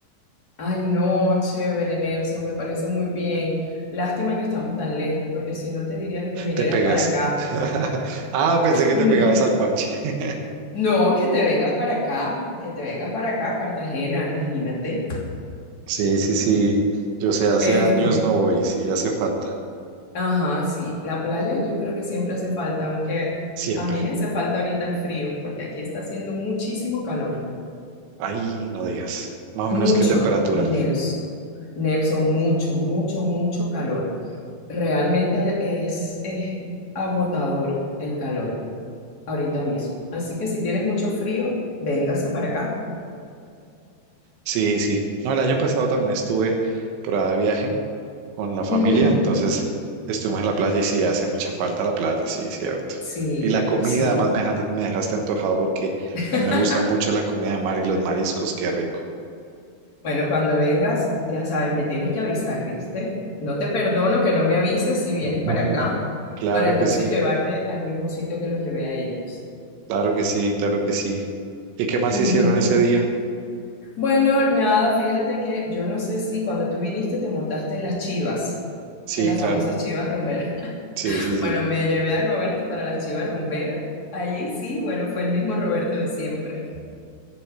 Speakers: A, on the left; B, on the right.
A: Ay, no, chévere, Nelson, me parece muy bien. Lástima que estamos tan lejos, porque si no te diría que te vinieras
B: Te pegas.
A: para acá.
B: <laughs> Ah, pensé que
A: Mm,
B: te pegabas al parche. <laughs>
A: No, que te vengas para acá, que te vengas para acá, Cartagena, imagínate.
B: Sí, sí, sí, yo sé, hace
A: Este,
B: años no voy, sí hace falta,
A: Ajá, sí, la playa yo creo que siempre hace falta, aunque
B: siempre.
A: a mí me hace falta ahorita el frío, porque aquí está haciendo muchísimo calor.
B: Ahí no digas, más o
A: Mucho,
B: menos qué temperatura.
A: Nelson. Nelson, mucho, mucho, mucho calor. Realmente es, es agotador el calor ahorita mismo. Así que si tienes mucho frío, véngase para acá.
B: Sí, sí. No, el año pasado también estuve por ahí de viaje con la familia,
A: Ujú,
B: entonces estuvimos en la playa y sí hace mucha falta la playa, sí, cierto.
A: Sí,
B: Y la comida,
A: sí.
B: además me dejaste, me dejaste antojado porque
A: <laughs>
B: a mí me gusta mucho la comida de mar y los mariscos, qué rico.
A: Bueno, cuando vengas, ya sabes, me tienes que avisar, ¿viste? No te perdono que no me avises si vienes
B: <laughs>
A: para acá,
B: Claro
A: para entonces
B: que sí,
A: llevarte al mismo sitio que los llevé a ellos.
B: claro que sí, claro que sí. ¿Y qué más
A: Ujú.
B: hicieron ese día?
A: Bueno, nada, fíjate que yo no sé si cuando tú viniste te montaste en las chivas,
B: Sí,
A: en las
B: claro,
A: famosas chivas rumberas. <laughs>
B: sí, sí, sí,
A: Bueno, me llevé a Roberto para las chivas rumberas. Allí sí, bueno, fue el mismo Roberto de siempre.